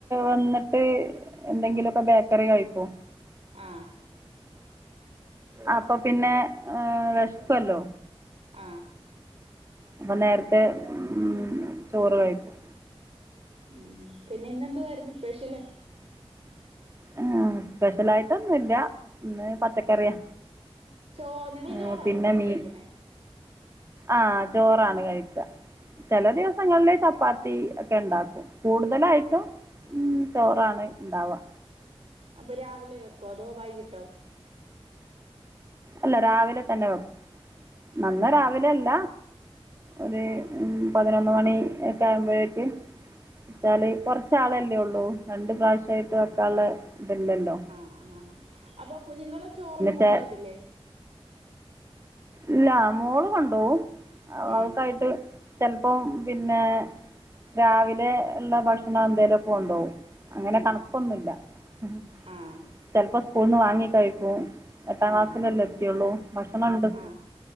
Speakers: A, on the right; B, on the right.
A: വന്നിട്ട് എന്തെങ്കിലുമൊക്കെ ബേക്കറി കഴിക്കോ
B: ആഹ്
A: അപ്പൊ പിന്നെ വെശ ക്കല്ലോ.
B: ആ
A: അപ്പൊ നേരത്തെ ഉ ചോറ് കഴിക്കും.
B: ഉ പിന്നെ ഇന്നെന്തു ആയിരുന്നു സ്പെഷ്യല്
A: ആ സ്പെഷ്യലായിട്ടൊന്നുംല്ല ഇന്ന് പച്ചക്കറിയാ.
B: ചോ നിങ്ങള്
A: ആ
B: ചോറാണോ
A: പിന്നെ
B: വൈകിട്ട്
A: മീൻ.
B: കഴിക്കുന്നേ
A: ആഹ ചോറാണ് കഴിക്കുക. ചില ദിവസങ്ങളെ ചപ്പാത്തി ഒക്കെ ഉണ്ടാക്കും. കൂടുതലായിട്ടും ഉം ചോറാണ് ഇണ്ടാവാ.
B: അപ്പൊ രാവിലെ വെക്കോ അതോ വൈകിട്ടോ
A: അല്ല രാവിലെ തന്നെ വെക്കും. നന്ന രാവിലെ
B: ആഹ്
A: അല്ല ഒരു
B: ആഹ്
A: പതിനൊന്ന് മണി ഒക്കെ ആവുമ്പോഴേക്ക് വച്ചാല് കൊറച്ചാളല്ലേ ഉള്ളൂ രണ്ട പ്രാവശ്യമായിട്ട് വക്കുള്ള ഇതല്ലല്ലോ.
B: ആ ആ അപ്പൊ കുഞ്ഞുങ്ങള ചോറൊന്നും കൊണ്ട
A: ചെ
B: പോകത്തില്ലേ?
A: ഇല്ല മോള് കൊണ്ടോവും അവൾക്കായിട്ട്
B: ഉം
A: ചിലപ്പം പിന്നെ രാവിലെ ഉള്ള ഭക്ഷണം എന്തേലും കൊണ്ടോവും. അങ്ങനെ
B: ഉം
A: കണക്കൊന്നുമില്ല <inaudible>
B: ആഹ്
A: ചിലപ്പോ സ്കൂള നിന്ന് വാങ്ങി കഴിക്കൂ. എട്ടാം
B: ആഹ്
A: ക്ലാസ്സിലല്ലാം എത്തിയുള്ളൂ ഭക്ഷണം ഉണ്ട്.
B: ആഹ്